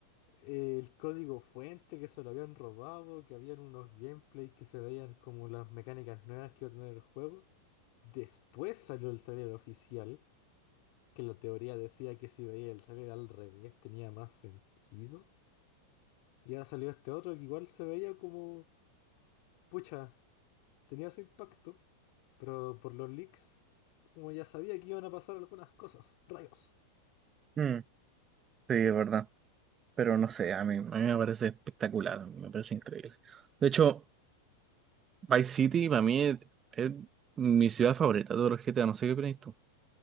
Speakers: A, on the left; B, on the right.
A: eh, el código fuente, que se lo habían robado, que habían unos gameplays que se veían como las mecánicas nuevas que iba a tener el juego. Después salió el trailer oficial que la teoría decía que si veía el trailer al revés tenía más sentido. Y ahora salió este otro que igual se veía como, pucha, tenía su impacto, pero por los leaks, como ya sabía que iban a pasar algunas cosas, rayos.
B: mm, sí, es verdad. Pero no sé, a mí, a mí me parece espectacular, me parece increíble. De hecho, Vice City para mí es, es mi ciudad favorita de todos los GTA, no sé qué opinas tú.